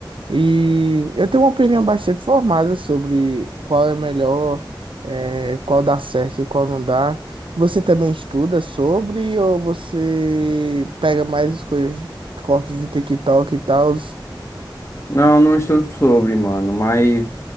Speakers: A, on the right; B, on the left.
A: E eu tenho uma opinião bastante formada sobre qual é melhor, eh, qual dá certo e qual não dá. Você também estuda sobre ou você pega mais as coisas, cortes do TikTok e tal?
B: Não, não estou sobre, mano, mas,